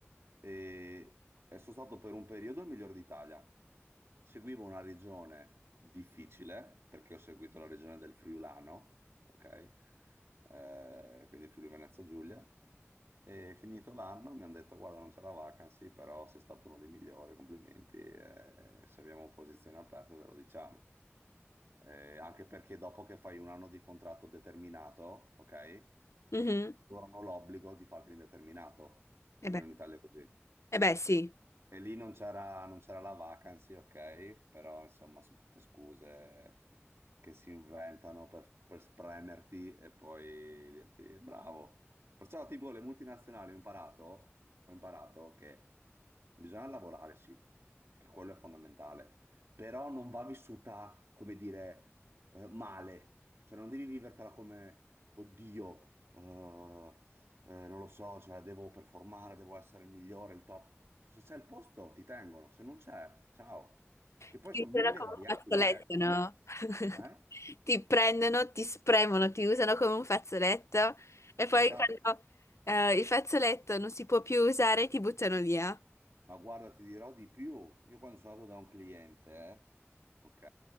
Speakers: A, on the right; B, on the left.
A: e, e sono stato per un periodo il miglior d'Italia. Seguivo una regione difficile, perché ho seguito la regione del Friulano, ok? Eh, quindi Friuli Venezia Giulia. E finito l'anno mi hanno detto: Guarda, non c'è la vacancy, però sei stato uno dei migliori, complimenti. eh, se abbiamo posizioni aperte, te lo diciamo. Eh, anche perché dopo che fai un anno di contratto determinato, ok,
B: Mhm.
A: loro hanno l'obbligo di farti l'indeterminato. Almeno
B: E beh,
A: in Italia è così.
B: e beh, sì.
A: E lì non c'era non c'era la vacancy, ok, però insomma sono tutte scuse che si inventano per, per spremerti e poi dirti bravo. Perciò tipo le multinazionali ho imparato, ho imparato che bisogna lavorare, sì, che quello è fondamentale, però non va vissuta, come dire, eh, male. Cioè non devi vivertela come, oddio, eh, eh, non lo so, cioè devo performare, devo essere il migliore, il top. Cioè, se c'è il posto ti tengono, se non c'è, ciao. Che poi
B: Ti
A: sono
B: usano
A: mille
B: come
A: variabili,
B: un fazzoletto,
A: eh? Son-
B: no? <laughs>
A: eh?
B: Ti prendono, ti spremono, ti usano come un fazzoletto e poi
A: Esatto.
B: quando eh, il fazzoletto non si può più usare, ti buttano via.
A: Ma guarda, ti dirò di più. Io quando sono andato da un cliente, ok,